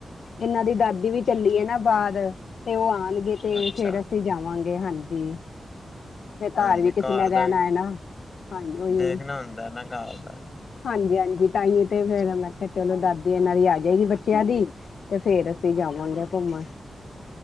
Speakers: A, on the left (about 80°); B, on the left (about 30°).
A: ਇਹਨਾਂ ਦੀ ਦਾਦੀ ਵੀ ਚੱਲੀ ਹੈ ਨਾ ਬਾਅਦ ਤੇ ਉਹ ਆ ਨ ਗੇ ਤੇ
B: ਅੱਛਾ
A: ਫੇਰ ਅਸੀ ਜਾਵਾਂਗੇ ਹਾਂਜੀ। ਫਿਰ
B: ਹਾਂਜੀ
A: ਘਰ ਵੀ ਕਿਸੇ ਨੇ ਰਹਿਣਾ
B: ਦਾ ਵੀ
A: ਹੈ ਨਾ ਹਾਂਜੀ ਉਹੀ।
B: ਦੇਖਣਾ ਹੁੰਦਾ ਨਾ ਘਰ ਦਾ ਵੀ
A: ਹਾਂਜੀ-ਹਾਂਜੀ ਤਾਂ ਹੀ ਤੇ ਫੇਰ ਮੈਂ ਕਿਹਾ ਚਲੋ ਦਾਦੀ ਇਹਨਾਂ ਦੀ ਆ ਜਾਏਗੀ ਬੱਚਿਆ ਦੀ। ਤੇ ਫੇਰ ਅਸੀ ਜਾਵਾਂਗੇ ਘੁੰਮਣ।